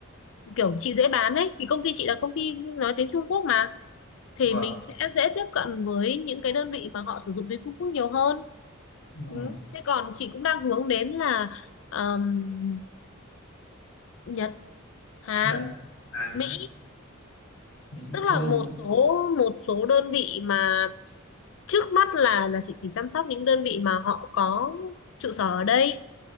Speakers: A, on the left; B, on the left.
A: kiểu chị dễ bán ấy vì công ty chị là công ty nói tiếng Trung Quốc mà thì
B: vâng
A: mình sẽ dễ tiếp cận với những cái đơn vị mà họ sử dụng tiếng Trung Quốc nhiều hơn.
B: đúng
A: Ừ.
B: rồi
A: Thế còn chị cũng đang hướng đến là ờm, Nhật, Hàn,
B: Nhật Hàn
A: Mỹ,
B: Mỹ
A: tức là
B: châu Âu
A: một số một số đơn vị mà trước mắt là là chị chỉ chăm sóc những đơn vị mà họ có trụ sở ở đây.